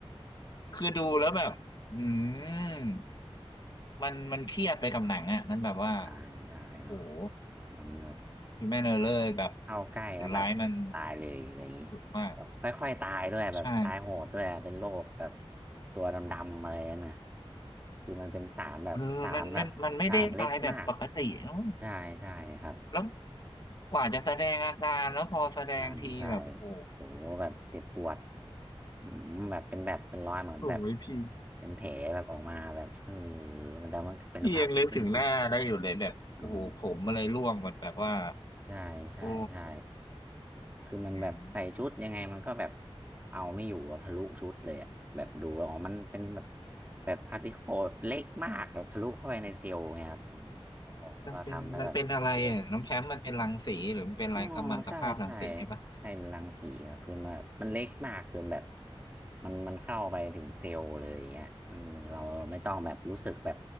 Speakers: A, on the left; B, on the right.
A: คือดูแล้วแบบอืมมันมันเครียดไปกับหนังอ่ะมันแบบว่า
B: ใช่ใช่เนาะ
A: โอ้โห
B: มันแบบ
A: คือแม่เนอร์เลอร์แบบ
B: เข้าใกล้แล้วแบบตายเลยอะไรอย่างนี้
A: คนร้ายมันสุดมาก
B: แบบค่อยๆตายด้วยแบบตายโหดด้วยอะเป็นโรคแบบ
A: ใช่
B: ตัวดำๆอะไรนั่นนะคือมันเป็นสารแบบสารแบบสารเล็กมาก
A: เออมันมันมันไม่ได้ตายแบบปกติเนอะ
B: ใช่ใช่ครับ
A: แล้วกว่าจะแสดงอาการแล้วพอแสดงทีแบบโอ้โห
B: อ่าใช่โหแบบเจ็บปวดอืมแบบเป็นแบบเป็นรอยเหมือนแบบ
A: โอ้ยพี่
B: เป็นแผลแบบออกมาแบบเออมันแต่มันเป็นความ
A: พี่ยังนึกถึงหน้าได้อยู่เลยแบบโอ้โหผมอะไรร่วงหมดแบบว่า
B: <laughs> จริงอ๋อใช่ใช่ใช่
A: โอ้
B: คือมันแบบใส่ชุดยังไงมันก็แบบ
A: อืม
B: เอาไม่อยู่อะทะลุชุดเลยอะแบบดูแล้วอ๋อมันเป็นแบบแบบพาร์ติเคิลเล็กมากแบบทะลุเข้าไปในเซลล์ไงครับโอ้โหแล้วก็ทำให้แบบเกิด
A: มันเป็นมันเป็นอะไรอ่ะน้องแชมป์มันเป็นรังสีหรือมันเป็นอะไรกัมมันตภาพรังสีใช่ปะ
B: อ๋อใช่ใช่ใช่มันรังสีครับคือมันมันเล็กมากจนแบบมันมันเข้าไปถึงเซลล์เลยอย่างเงี้ยเออเราไม่ต้องแบบรู้สึกแบบ